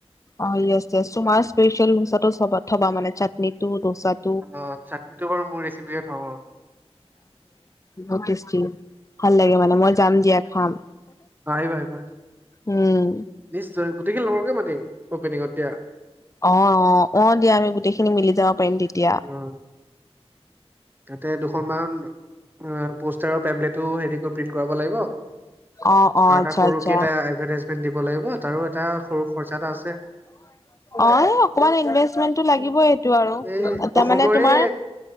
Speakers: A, on the left; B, on the right.
A: অ য়েছ তোমাৰ স্পেচিয়েল দোচাটো চ থবা মানে, চাটনিটো ডোচাটো।
B: অঁ, ছাটনিটো বাৰু মোৰ ৰেচিপিয়ে থম আৰু।
A: বহুত তেষ্টি ভাল লাগে মানে মই যাম দিয়া খাম।
B: আহিবা আহিবা,
A: উম।
B: নিশ্চয় গোটেইখিনি লগৰকে মাতিম অপেনিঙত দিয়া।
A: অঁ অঁ অঁ দিয়া আমি গোটেইখিনি মিলি যাব পাৰিম তেতিয়া।
B: উম। তাতে দুখনমান অঁ পোষ্টাৰৰ টেবলেটো হেৰি কৰি প্ৰিন্ট কৰাব লাগিব। আৰু
A: অ', অ', আচ্ছা
B: এটা সৰুকে
A: আচ্ছা।
B: এটা এডভাৰটাইজমেন্ট দিব লাগিব, তাৰো এটা সৰু খৰচা এটা আছে।
A: অঁ এই অকমান ইনভেষ্টমেন্টটো লাগিবই এইটো আৰু।
B: এই
A: তাৰমানে
B: অসমৰে
A: তোমাৰ